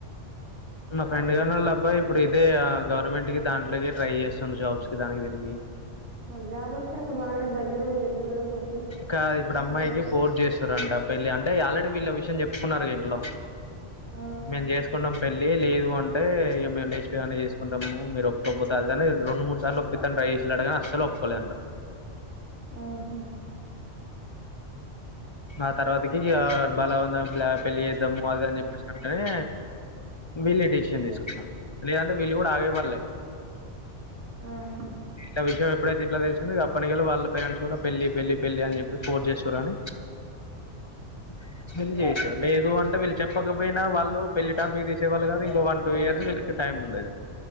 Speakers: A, on the left; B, on the right.
A: మా ఫ్రెండ్ గాని వాళ్ళు అబ్బాయి ఇప్పుడు ఇదే ఆ గవర్నమెంట్ కి దాంట్లేకి ట్రై చేస్తుండు జాబ్స్ కి దానికి దీనికి
B: మరి జాబ్ వచ్చినంక వాళ్ళే దగ్గరుండి చేద్దురు కదా పెళ్ళి
A: కా
B: అప్పట్లో
A: ఇప్పుడు అమ్మాయికి ఫోర్ చేస్ తురంట పెళ్ళి అంటే ఆల్రెడీ వీళ్ళ విషయం చెప్పుకున్నారు ఇంట్లో
B: ఆ
A: మేం చేసుకుంటాం పెళ్ళి లేదు అంటే ఇగ మేము లేచిపోయిగానే చేసుకుంటాము మీరు ఒప్పుకోపోతే అదని రెండు మూడు సార్లు ఒప్పిత్తాను ట్రై చేసిల్లట గానీ అస్సలు ఒప్పుకోలే అంట
B: ఆహా
A: ఆ తర్వాతకి ఇగ బలవంద బ్లా పెళ్ళి చేద్దాము అది అని చెప్పేసి కుంటనే వీళ్ళే డెసిషన్ తీసుకున్నారు లేదంటే వీళ్ళు కూడా ఆగే వాళ్ళే
B: ఆహా
A: ఇట్లా విషయం ఎప్పుడైతే ఇంట్లో తెలిసిందో ఇగ అప్పనికల్లి వాళ్ళ పేరెంట్స్ కూడా పెళ్లి పెళ్లి పెళ్లి అని చెప్పి ఫోర్స్ జేస్తుర్రని <inaudible> లేదు అన్ టే వీళ్ళు చెప్పకపోయినా వాళ్ళు పెళ్లి టాపిక్ తీసే వాళ్ళు కాదు ఇంకో వన్ టూ ఇయర్స్ వీళ్ళకి టైం ఉండేది